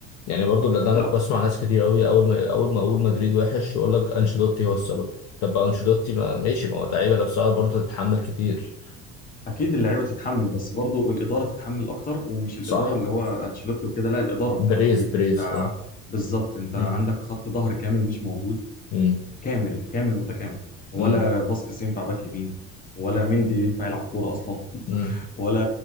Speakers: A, on the left; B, on the left.
A: يعني برضو لأن أنا
B: لا
A: بسمع ناس كتير أوي أول ما أول ما أقول مدريد وحش يقول لك أنشيلوتي هو السبب طب ما أنشيلوتي ما ماشي ما هو اللعيبة نفسها برضه تتحمل كتير
B: اكيد اللعيبه تتحمل بس برضو الاداره تتحمل اكتر ومش الاداره
A: صح
B: اللي هو انشيلوتي وكده لا الاداره بتاع
A: بريز
B: مدريد
A: بريز
B: انت
A: اه
B: بالظبط انت عندك
A: مم.
B: خط ظهر كامل مش موجود
A: مم.
B: كامل كامل متكامل ولا
A: مم.
B: فاسكيز ينفع باك يمين ولا مندي ينفع يلعب كوره اصلا
A: مم.
B: ولا